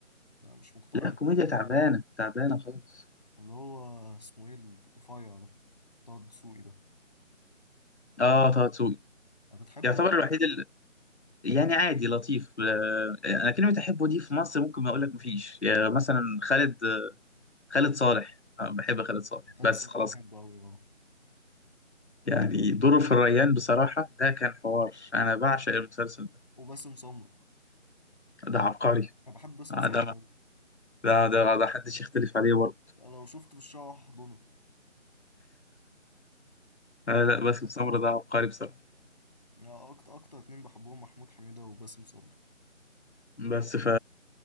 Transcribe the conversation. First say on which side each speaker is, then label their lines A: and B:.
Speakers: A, on the left; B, on the left.
A: انا مش مقتنع
B: لا الكوميديا تعبانة تعبانة خالص
A: اللي هو اسمه ايه الرفيع ده بتاع الدسوقي ده
B: اه طه دسوقي
A: انا بتحبه
B: يعتبر
A: ده
B: الوحيد ال... يعني عادي لطيف آه، آه، انا كلمه احبه دي في مصر ممكن ما اقول لك مفيش يعني مثلا خالد خالد صالح آه، بحب خالد صالح
A: خالد
B: بس
A: صبحي
B: خلاص
A: بحبه
B: كده
A: قوي اه
B: يعني دوره في الريان بصراحه ده كان حوار انا بعشق المسلسل ده
A: وباسم سمرة
B: ده عبقري
A: انا بحب باسم
B: آه،
A: سمرة
B: ده
A: قوي
B: ده ده, ده حدش يختلف عليه برضه
A: لو شفت في الشارع هحضنه
B: آه، لا باسم سمرة ده عبقري بصراحه
A: لا، اكتر اكتر اتنين بحبهم محمود حميدة وباسم سمرة
B: بس ف